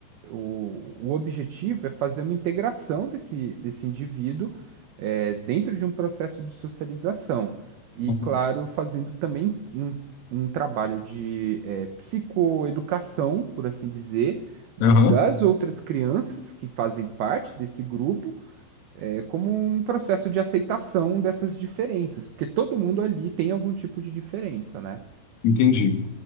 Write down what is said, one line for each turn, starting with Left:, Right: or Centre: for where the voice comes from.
Right: o, o objetivo é fazer uma integração desse, desse indivíduo, é, dentro de um processo de socialização. E,
Left: uhum.
Right: claro, fazendo também um, um trabalho de, é, psicoeducação, por assim dizer, das
Left: Aham.
Right: outras crianças que fazem parte desse grupo é, como um processo de aceitação dessas diferenças, porque todo mundo ali tem algum tipo de diferença, né?
Left: Entendi.